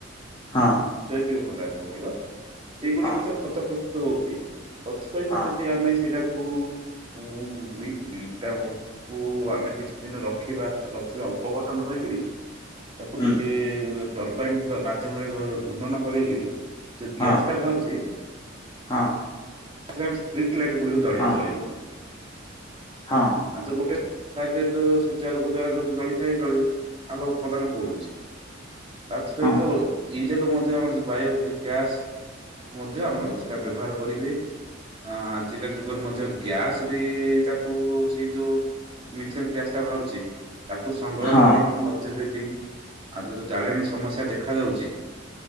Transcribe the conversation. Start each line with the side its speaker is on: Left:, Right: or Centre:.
Left: ହଁ।
Right: ଜୈବିକ ପଦାର୍ଥ ଗୁଡିକ ସେଇଗୁଡିକୁ
Left: ହଁ
Right: ତ ଖତ ପ୍ରସ୍ତୁତ ହଉଛି ତତ୍ ସହିତ
Left: ହଁ
Right: ଯଦି ଆ ଆମ ସେଟାକୁ <unintelligible> କୁ ଆମେ କିଛି କିଛି ଦିନ ରଖିବା ରଖିଲେ ଅପଘଟନ ହେଇକିରି ତାକୁ
Left: ହୁଁ
Right: ଟିକେ ଟର୍ବାଇନ ବ ମାଧ୍ୟମରେ ଘ ଘୁର୍ଣ୍ଣନ କରିକିରି ଯୋଉ ଗ୍ୟାସ
Left: ହଁ
Right: ଟା ବାହାରୁଚି
Left: ହଁ
Right: ସେଥିରେ ଆମେ ଷ୍ଟ୍ରିଟ୍ ଲାଇଟ୍ ଗୁଡିକ ଜଳି
Left: ହଁ
Right: ଜଳିବ।
Left: ହଁ।
Right: ଆ ତୁ ଗୋଟେ ସେ ଯୋଉ ଶଯ୍ୟା ଲୋକ ଦ୍ଵାରା ଯୋଉ ଜଳିଥାଏ ଜଳି ଆଲୋ ଉତ୍ପାଦନ କରୁଛି ତାସହିତ
Left: ହଁ ହଁ
Right: ଇ କ ମଧ୍ୟ ଆମର ଯଉ ବାୟ ଗ୍ୟାସ ମଧ୍ୟ ଆମର ସେଟା ବ୍ୟବହାର କରିହୁଏ। ଅ ଆଜିକା ଯୁଗରେ ମଧ୍ୟ ଗ୍ୟାସରେ ତାକୁ ସେଇ ଯୋଉ ମିଥେମ ଗ୍ୟାସ୍ ଟା ବାହାରୁଚି ତାକୁ ସଂଗ୍ରହ
Left: ହଁ ହଁ
Right: କରିକି ମ ି ଆଉ ଯୋଉ ଜାଳେଣୀ ସମସ୍ୟା ଦେଖାଯାଉଚି